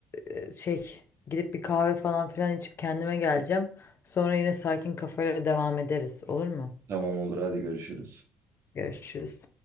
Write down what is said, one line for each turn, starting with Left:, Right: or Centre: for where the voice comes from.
Left: e, şey gidip bir kahve falan filan içip kendime geleceğim. Sonra yine sakin kafayla devam ederiz. Olur mu?
Right: Tamam olur hadi görüşürüz.
Left: Görüşürüz.